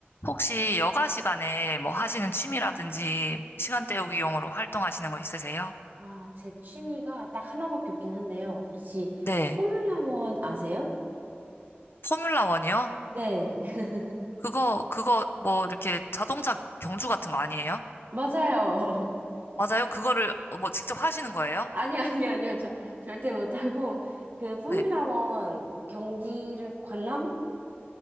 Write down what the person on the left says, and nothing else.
혹시 여가 시간에 뭐 하시는 취미라든지 시간 때우기용으로 활동하시는 거 있으세요?
네.
포뮬라 원이요?
그거, 그거 뭐 이렇게 자동차 경주 같은 거 아니에요?
맞아요? 그거를 뭐 직접 하시는 거예요?
네.